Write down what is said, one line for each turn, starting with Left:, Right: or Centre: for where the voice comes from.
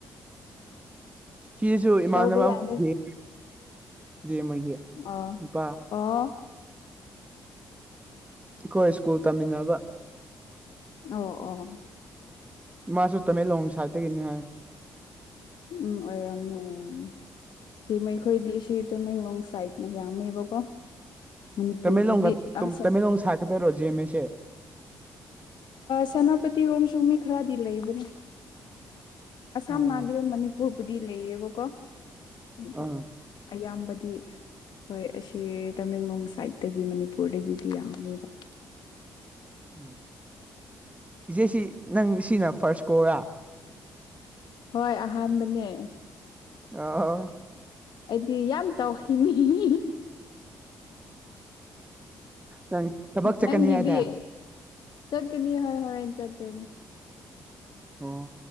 Right: ꯐꯤꯁꯨ ꯏꯃꯥꯟꯅꯕ
Left: ꯇꯧꯕ ꯌꯥꯗꯦ
Right: ꯑꯃ ꯦ ꯑꯃꯒꯤꯒꯤ
Left: ꯑꯣ
Right: ꯅꯨꯄꯥ
Left: ꯑꯣ
Right: ꯑꯩꯈꯣꯏ ꯁ꯭ꯀꯨꯜ ꯇꯝꯅꯤꯡꯉꯕ
Left: ꯑꯣ ꯑꯣ
Right: ꯃꯥꯁꯨ ꯇꯃꯦꯡꯂꯣꯡ ꯁꯥꯏꯠꯇꯒꯤꯅꯤ ꯍꯥꯏ
Left: ꯎꯝ ꯑꯣꯏꯔꯝꯅꯤ ꯑꯣꯏꯔꯝꯅꯤ ꯁꯤ ꯃꯈꯈꯣꯏꯗꯤ ꯁꯤ ꯇꯃꯦꯡꯂꯣꯡ ꯁꯥꯏꯠꯅ ꯌꯥꯝꯃꯦꯕꯀꯣ ꯃꯅꯤꯄꯨꯔꯒꯤꯗꯤ
Right: ꯇꯃꯦꯡꯂꯣꯡ
Left: ꯑꯁꯦ
Right: ꯇꯃꯦꯡꯂꯣꯡ ꯁꯥꯀꯗꯣꯏꯔꯣ ꯦꯃꯦꯁꯦ
Left: ꯁꯦꯅꯥꯄꯇꯤꯔꯣꯝꯁꯨ ꯃꯤ ꯈꯔꯗꯤ ꯂꯩꯕꯅꯤ ꯑꯁꯥꯝ
Right: ꯑꯣ
Left: ꯃꯥꯡꯗꯦ ꯃꯅꯤꯄꯨꯔꯕꯨꯗꯤ ꯂꯩꯌꯦꯕꯀꯣ ꯑꯗꯨ
Right: ꯑꯥ
Left: ꯑꯌꯥꯝꯕꯗꯤ ꯇ ꯍꯣꯏ ꯑꯁꯤ ꯇꯃꯦꯡꯂꯣꯡ ꯁꯥꯏꯠꯇꯒꯤ ꯃꯅꯤꯄꯨꯔꯗꯒꯤꯗꯤ ꯌꯥꯝꯃꯦꯕ
Right: ꯎꯝ ꯏꯆꯦꯁꯤ ꯅꯪ ꯁꯤꯅ ꯐꯥꯔꯁ ꯀꯣꯔ
Left: ꯍꯣꯏ ꯑꯍꯥꯟꯕꯅꯦ
Right: ꯑꯥ
Left: ꯑꯩꯗꯤ ꯌꯥꯝ ꯇꯧꯈꯤꯅꯤ
Right: ꯅꯪ ꯊꯕꯛ ꯆꯠꯀꯅꯤ
Left: ꯅꯪꯒꯤꯗꯤ
Right: ꯍꯥꯏꯗꯥꯏ
Left: ꯆꯠꯀꯅꯤ ꯍꯣꯏ ꯍꯣꯔꯦꯟ ꯆꯠꯇꯣꯏꯅꯤ
Right: ꯑꯣ